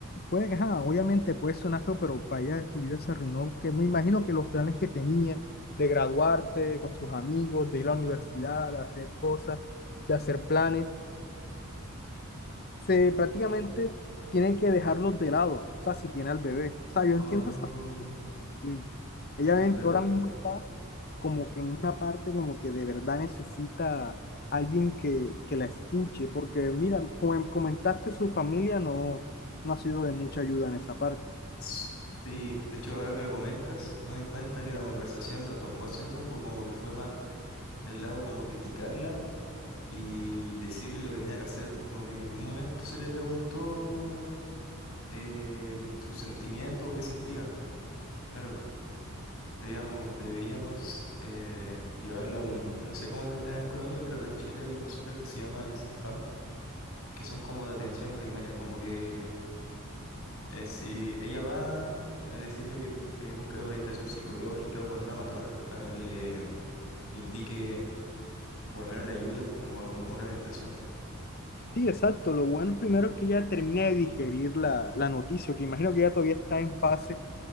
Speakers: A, on the left; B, on the left.
A: Pues, ajá, obviamente puede sonar feo, pero para allá su vida se arruinó, que me imagino que los planes que tenía de graduarse con sus amigos, de ir a la universidad, de hacer cosas, de hacer planes, se prácticamente tienen que dejarlos de lado, o sea, si tiene al bebé. O sea, yo
B: Oh,
A: entiendo esa parte bien. Ella
B: sí, eso
A: ven-
B: es verdad.
A: ahora mismo está como que en una parte como que de verdad necesita alguien que, que la escuche, porque mira, como em, comentaste, su familia no, no ha sido de mucha ayuda en esa parte.
B: S- Sí, de hecho, ahora que lo comentas, me doy cuenta que la conversación no tomó ese rumbo, como que fue más del lado como criticarla y, y decirle lo que tenía que hacer. Como que en ningún momento se le preguntó. Eh, sus sentimientos o qué sentía, claro. Deberíamos, deberíamos eh, llevarla a un, no sé cómo lo harán en Colombia, pero acá en Chile hay unos centros que se llaman CEFAM, que son como de atención primaria, como que eh, si ella va a decirle que bu- eh, busca orientación psicológica o con una matrona para que le, le indique o al menos le ayude como a un- a una orientación.
A: Sí, exacto. Lo bueno primero es que ella termina de digerir la, la noticia, que imagino que ella todavía está en fase,